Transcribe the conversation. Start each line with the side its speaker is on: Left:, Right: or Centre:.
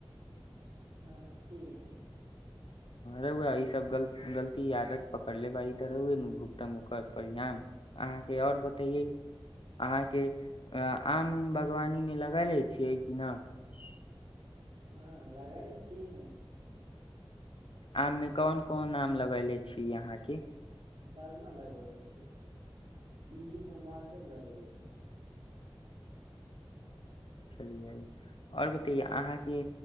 Right: हँ ठीक छै
Left: रौआ ई सभ गल गलती आदत पकड़ले बाड़ी तऽ रौए ने भुगतम ओकर परिणाम अहाँके आओर बतैयै अहाँके आम उम बागवानीमे लगैले छियै कि नहि
Right: हँ लगैले छियै न
Left: आममे कोन कोन आम लगैले छी अहाँके
Right: डालमा लगबै छी बीज्जू के मालदव लगबै छी
Left: चलियै आओर बतैयै अहाँके